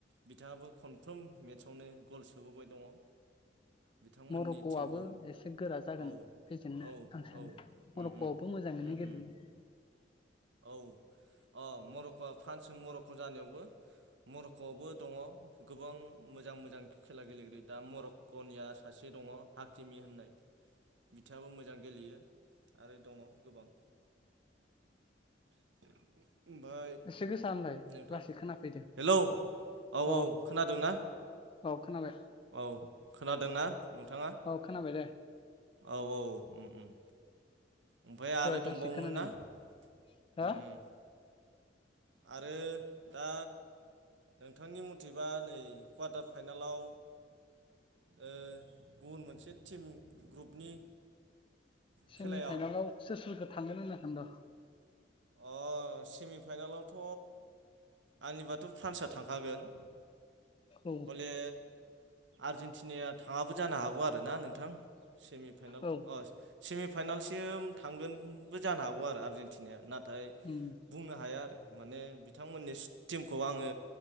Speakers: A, on the right; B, on the left.
A: बिथाङाबो खनफ्रोम मेट्सआवनो गल सोबोबाय दङ। बिथांमोननि
B: मरक'आबो
A: टिमखौ
B: एसे गोरा जागोन
A: औ
B: फेजेननो
A: औ
B: आं सानो
A: औ उम
B: अरख'बो
A: उम
B: मोजाङैनो
A: उम
B: गेलेयो।
A: उम औ अ मर'क'आ फ्रान्सजों मर'क' जानायाव मरक'आवबो दङ गोबां मोजां मोजां खेला गेलेगिरि दा मर गनिया सासे दङ हाखिमि होननाय। बिथाङाबो मोजां गेलेयो आरो दङ गोबां <inaudible> ओमफफ्राय
B: एसे गोसा होनलाय
A: नोंथां
B: लासै खोनाफैदों
A: हेलौ औ
B: अ
A: औ खोनादों ना?
B: औ खोनाबाय।
A: औ खोनादोंना नोंथाङा?
B: औ खोनाबाय दे।
A: औ औ ओम ओम। ओमफ्राय आरो
B: दहाय लासै
A: दंबावोमोन
B: खोनादोंमोन
A: ना ओम
B: हो
A: ओम। आरो दा नोंथांनि मथेबा नै क्वाटार फाइनेलाव ओ गुबुन मोनसे टिम ग्रुपनि
B: सेमिफाइनेलाव
A: खेलायाव
B: सोर सोरखौ थांगोन होननाखद'?
A: अ सेमि फाइनाेलावथ' आंनिबाथ' फ्रान्स थांखागोन
B: औ
A: हले आर्जेेनटिनायया थाङाबो जानो हागौ आरो ना नोंथां सेमि फाइनाल
B: औ
A: सेमिफाइनालसिम थांगोनबो जानो हागौ आरो आरजेनटिनाया नाथाय
B: उम
A: बुंनो हाया आरो माने बिथांमोननि टिमखौ आङो